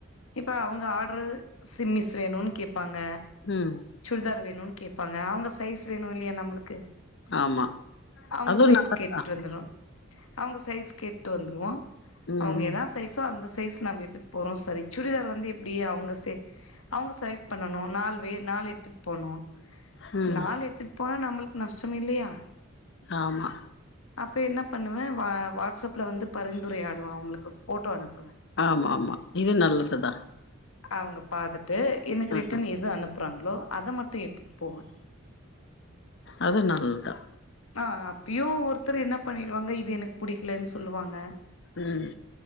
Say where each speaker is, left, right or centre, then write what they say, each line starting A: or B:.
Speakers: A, on the left; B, on the left.
A: இப்ப அவுங்க ஆட்ரு சிம்மிஸ் வேணுன் கேப்பாங்க
B: ம்
A: சுடிதார் வேணுன் கேப்பாங்க அவங்க சைஸ் வேணு இல்லையா நம்முளுக்கு
B: ஆமா
A: அவுங்க
B: அதுவு
A: சைஸ்
B: நல்லதுதா
A: கேட்டுட்டு வந்துருவ அவங்க சைஸ் கேட்டு வந்துருவோ
B: ம்
A: அவங்க எதா சைஸோ அந்த சைஸ் நம்ம எடுத்துட்டு போறோ சரி சுடிதார் வந்து எப்டி அவுங்க சே அவுங்க செலக்ட் பண்ணனு நால் வே நால் எத்துட் போனோ
B: ம் ம்
A: நால் எத்துட் போனா நம்புளுக் நஷ்டம் இல்லையா
B: ஆமா
A: அப்போ என்ன பண்ணுவ வா வாட்ஸ் அப்ல வந்து பரிந்துரையாடுவ அவங்களுக்கு ஃபோட்டோ அனுப்புவ
B: ஆமாமா இது நல்லது தா
A: அவங்க பாத்துட்டு எனக்கு
B: ம்
A: ரிட்டர்ன் எது அனுப்புறாங்ளோ அத மட்டு எடுத்துட் போவ
B: அது நல்லதுதா
A: ஆ அப்பயு ஒருத்தரு என்ன பண்ணிடுவாங்க இது எனக்கு புடிக்கலனு சொல்லுவாங்க
B: ம்